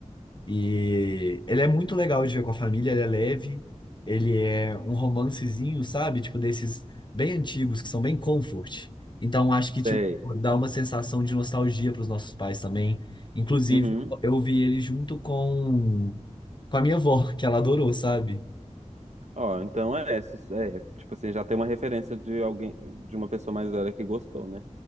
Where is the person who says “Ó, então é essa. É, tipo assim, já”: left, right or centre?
Right